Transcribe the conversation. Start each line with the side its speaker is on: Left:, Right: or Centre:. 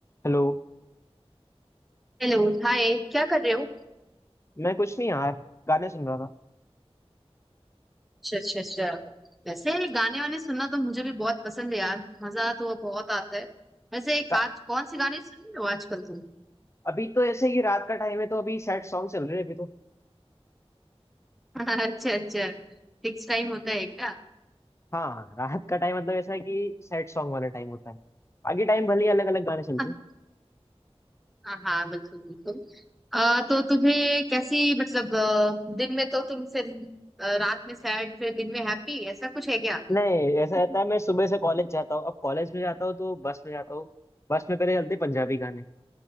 Left: Hello
Centre: Hello Hi क्या कर रहे हो
Left: मैं कुछ नहीं यार गाने सुन रहा था
Centre: अच्छा अच्छा अच्छा वैसे गाने वाने सुनना तो मुझे भी बहुत पसंद है यार मजा तो बहुत आता है वैसे एक
Left: का,
Centre: आज कौन से गाने सुन रहे हो आजकल तुम
Left: अभी तो ऐसे ही रात का टाइम है तो अभी सैड सॉन्ग चल रहे हैं अभी तो
Centre: <laughs> अच्छा अच्छा फिक्स टाइम होता है क्या
Left: हाँ हाँ, रात का टाइम मतलब ऐसा है कि सैड सॉन्ग वाला टाइम होता है आगे टाइम भले ही अलग अलग गाने चलते
Centre: <laughs>
Left: हैं
Centre: हाँ हाँ बिल्कुल बिल्कुल अ, तो तुम्हें कैसी मतलब अ, दिन में तो तुम फिर अ, रात में सैड फिर दिन में हैप्पी ऐसा कुछ है क्या <laughs>
Left: नहीं ऐसा रहता है मैं सुबह से कॉलेज जाता हूँ अब कॉलेज में जाता हूँ तो बस में जाता हूँ बस में पहले चलते हैं पंजाबी गाने